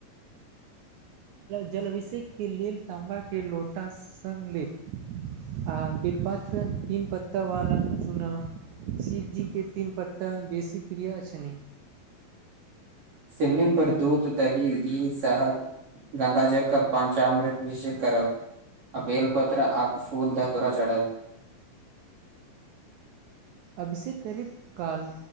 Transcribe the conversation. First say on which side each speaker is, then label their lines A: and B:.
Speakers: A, on the right; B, on the right.
A: जल अभिषेक के लेल ताँबा के लोटा संग लेल, आ बिलपात्र तीन पत्ता वाला चूना, शिवजीके तीन पत्ता बेसी प्रिय छैनि,
B: शिवलिंग पर दूध दही घी शहद, गंगा जल क पाञच अमृत अभिषेक करब, आ बेल पत्र आक फूल धतुरा चढ़ाब,
A: अभिषेक करैत काल,,